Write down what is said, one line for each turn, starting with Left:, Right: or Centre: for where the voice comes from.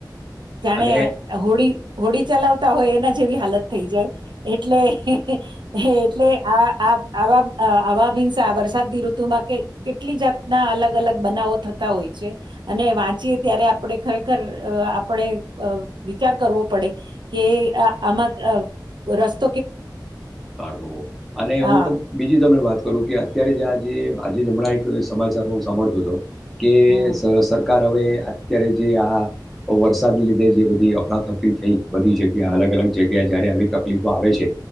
Right: જાણે
Centre: અને
Right: હોળ હોડી ચલાવતા હોય એના જેવી હાલત થઈ જાય. એટલે આ એટલે આ આ આવા આવા ભિન્સા વરસાદની ઋતુમાં કે કેટલી જાતના અલગ અલગ બનાવો થતા હોય છે. અને વાંચીએ ત્યારે આપણે ખરેખર આપણેે વિચાર કરવો પડે. કે આમાં રસ્તા
Centre: કાઢવો અને હું
Right: હા
Centre: બીજી તમને વાત કરું કે અત્યારે જ્યાં જે આજે હમણાં એક સમાચારમાં હું સાંભળતો હતો, કે
Right: હમ
Centre: સરકાર સરકાર હવે અત્યારે જે આ વરસાદને લીધે જે બધી અફડાથફરી થઈ. બધી જગ્યા
Right: હમ
Centre: અલગ અલગ જગ્યા જ્યારે આવી તકલીફો આવે છે,